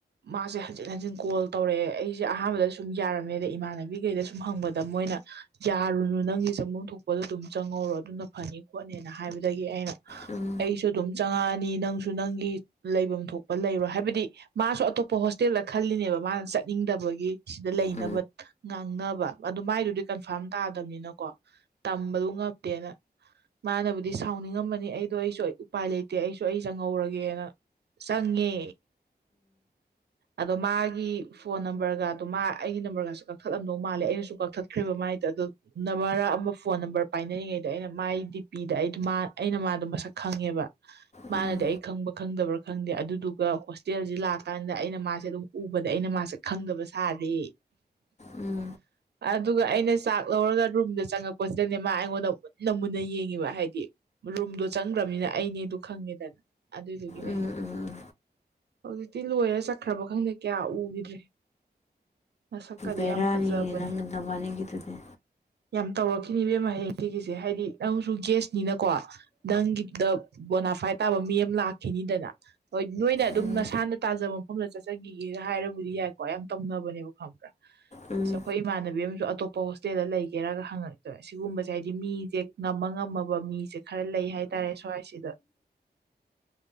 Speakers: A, on the right (about 75°); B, on the left (about 40°).
A: ꯃꯥꯁꯦ ꯍꯟꯖꯤꯟ ꯍꯟꯖꯤꯟ ꯀꯣꯜ ꯇꯧꯔꯛꯑꯦ ꯑꯩꯁꯦ ꯑꯍꯥꯟꯕꯗ ꯁꯨꯝ ꯌꯥꯔꯝꯃꯦꯗ ꯏꯃꯥꯟꯅꯕꯤꯒꯩꯗ ꯁꯨꯝ ꯍꯪꯕꯗ ꯗ ꯃꯣꯏꯅ ꯌꯥꯔꯨꯅꯨ ꯅꯪꯒꯤ ꯆꯪꯐꯝ ꯊꯣꯛꯄꯗꯣ ꯑꯗꯨꯝ ꯆꯪꯍꯧꯔꯣ ꯑꯗꯨꯅ ꯐꯅꯤ ꯈꯣꯠꯅꯤꯅ ꯍꯥꯏꯕꯗꯒꯤ ꯑꯩꯅ
B: ꯎꯝ
A: ꯑꯩꯁꯨ ꯑꯗꯨꯝ ꯆꯪꯉꯛꯑꯅꯤ ꯅꯪꯁꯨ ꯅꯪꯒꯤ ꯂꯩꯐꯝ ꯊꯣꯛꯄ ꯂꯩꯔꯣ ꯍꯥꯏꯕꯗꯤ ꯃꯥꯁꯨ ꯑꯇꯣꯞꯄ ꯍꯣꯁꯇꯦꯜꯗ ꯈꯜꯂꯤꯅꯦꯕ ꯃꯥꯅ ꯆꯠꯅꯤꯡꯗꯕꯒꯤ ꯁꯤꯗ ꯂꯩꯅꯕ
B: ꯎꯝ ꯎꯝ ꯎꯝ ꯎꯝ
A: ꯉꯥꯡꯅꯕ ꯑꯗꯨ ꯃꯥꯏꯗꯨꯗꯤ ꯀꯟꯐꯥꯔꯝ ꯇꯥꯗꯕꯅꯤꯅꯀꯣ ꯇꯝꯕꯗꯨ ꯉꯝꯗꯦꯅ ꯃꯥꯅꯕꯨꯗꯤ ꯁꯥꯎꯅꯤꯡꯉꯝꯃꯅꯤ ꯑꯩꯗꯣ ꯑꯩꯁꯨ ꯎꯄꯥꯏ ꯂꯩꯇꯦ ꯑꯩꯁꯨ ꯑꯩ ꯆꯪꯍꯧꯔꯒꯦꯅ ꯆꯪꯉꯦ ꯑꯗꯣ ꯃꯥꯒꯤ ꯐꯣꯟ ꯅꯝꯕꯔꯒ ꯑꯗꯣ ꯃꯥ ꯑꯩꯒꯤ ꯅꯝꯕꯔꯒꯁꯨ ꯀꯛꯊꯠꯂꯝꯗꯧ ꯃꯥꯜꯂꯦ ꯑꯩꯅꯁꯨ ꯀꯛꯊꯠꯈ꯭ꯔꯦꯕ ꯃꯥꯏꯗ ꯑꯗꯨ ꯅ ꯃꯔ ꯑꯃ ꯐꯣꯟ ꯅꯝꯕꯔ ꯄꯥꯏꯅꯔꯤꯉꯩꯗ ꯑꯩꯅ ꯃꯥꯒꯤ ꯗꯤ ꯄꯤꯗ ꯑꯩ ꯑꯩꯅ ꯃꯥꯗꯣ ꯃꯁꯛ ꯈꯪꯉꯦꯕ ꯃꯥꯅꯗꯤ
B: ꯎꯝ
A: ꯑꯩ ꯈꯪꯕ ꯈꯪꯗꯕ꯭ꯔꯥ ꯈꯪꯗꯦ ꯑꯗꯨꯗꯨꯒ ꯍꯣꯁꯇꯦꯜꯁꯤ ꯂꯥꯛ ꯀꯥꯟꯗ ꯑꯩꯅ ꯃꯥꯁꯦ ꯑꯗꯨꯝ ꯎꯕꯗ ꯑꯩꯅ ꯃꯥꯁꯦ ꯈꯪꯗꯕ ꯁꯥꯔꯦ
B: ꯎꯝ ꯎꯝ
A: ꯑꯗꯨꯒ ꯑꯩꯅ ꯆꯥꯛ ꯂꯧꯔꯒ ꯔꯨꯝꯗ ꯆꯪꯉꯛꯄꯁꯤꯗꯅꯦ ꯃꯥ ꯑꯩꯉꯣꯟꯗ ꯃꯟꯅ ꯃꯨꯟꯅ ꯌꯦꯡꯉꯤꯕ ꯍꯥꯏꯗꯤ ꯔꯨꯝꯗꯣ ꯆꯪꯈ꯭ꯔꯕꯅꯤꯅ ꯑꯩꯅꯦꯗ ꯈꯪꯉꯦꯗꯅ ꯑꯗꯨꯗꯨꯒꯤꯅꯦ
B: ꯎꯝ
A: ꯍꯧꯖꯤꯛꯇꯤ ꯂꯣꯏꯔ ꯆꯠꯈ꯭ꯔꯕ ꯈꯪꯗꯦ ꯀꯌꯥ ꯎꯈꯤꯗ꯭ꯔꯦ ꯃꯁꯛꯀꯗꯤ
B: ꯕꯦꯔꯥꯅꯤꯅꯦ
A: ꯌꯥꯝ ꯐꯖꯕꯅꯦ
B: ꯅꯪ ꯅꯕꯥꯅꯤꯒꯤꯗꯨꯗꯤ
A: ꯌꯥꯝ ꯇꯧꯔꯛꯈꯤꯅꯤ ꯏꯕꯦꯝꯃ ꯍꯌꯦꯡ ꯁꯤꯒꯤꯁꯦ ꯍꯥꯏꯗꯤ ꯅꯪꯁꯨ ꯒꯦꯁꯅꯤꯅꯀꯣ ꯅꯪꯒꯤꯗ ꯕꯣꯅꯥꯐꯥꯏ ꯇꯥꯕ ꯃꯤ ꯑꯃ ꯂꯥꯛꯈꯤꯅꯤꯗꯅ ꯍꯣꯏ ꯅꯣꯏꯅ ꯑꯗꯨꯝ
B: ꯎꯝ
A: ꯅꯁꯥꯅ ꯇꯥꯖꯕ ꯃꯐꯝꯗ ꯆꯠꯆꯈꯤꯒꯦ ꯍꯥꯏꯔꯕꯨꯗꯤ ꯌꯥꯏꯀꯣ ꯌꯥꯝ ꯇꯧꯅꯕꯅꯦꯕ ꯈꯪꯕ꯭ꯔꯥ
B: ꯎꯝ
A: ꯑꯁ ꯑꯩꯈꯣꯏ ꯏꯃꯥꯟꯅꯕꯤ ꯑꯃꯁꯨ ꯑꯇꯣꯞꯄ ꯍꯣꯁꯇꯦꯜꯗ ꯂꯩꯒꯦꯔꯒ ꯍꯪꯉꯛꯇꯣꯏꯦ ꯁꯤꯒꯨꯝꯕꯁꯦ ꯍꯥꯏꯗꯤ ꯃꯤꯁꯦ ꯅꯝꯃ ꯉꯝꯃꯕ ꯃꯤꯁꯦ ꯈꯔ ꯂꯩ ꯍꯥꯏꯇꯥꯔꯦ ꯁ꯭ꯋꯥꯏꯁꯤꯗ